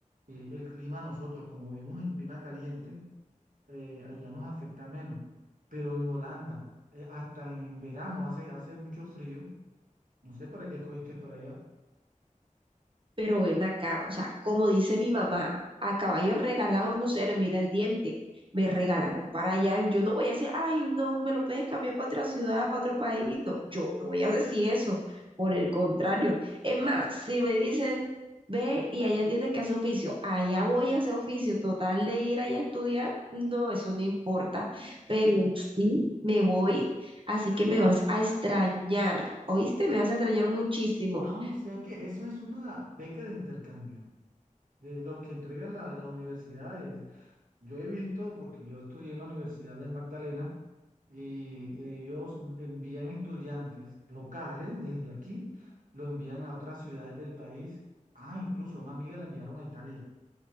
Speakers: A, on the right; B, on the right.
A: eh, el clima a nosotros, como vivimos en clima caliente, eh, allá nos afecta menos. Pero en Holanda, eh, hasta en verano hace, hace mucho frío. No sé para qué escogiste para allá.
B: Pero ven acá, o sea, como dice mi mamá, a caballo regalado no se le mira el diente. Me regalaron para allá. Yo no voy a decir, ay, no, me lo puedes cambiar para otra ciudad, para otro país. No, yo no voy a decir eso. Por el contrario. Es más, si me dicen, ve y allá tienes que hacer oficio, allá voy a hacer oficio. Total de ir allá a estudiar, no, eso no importa. Pero sí, me voy, así que me vas a extrañar. ¿Oíste? Me vas a extrañar muchísimo.
A: Ah, o sea que eso es una beca de intercambio, de los que entregan la- las universidades. Yo he visto, porque yo estudié en la Universidad del Magdalena, y ellos envían estudiantes locales desde aquí, lo envían a otras ciudades del país. Ah, incluso a una amiga la enviaron a Italia.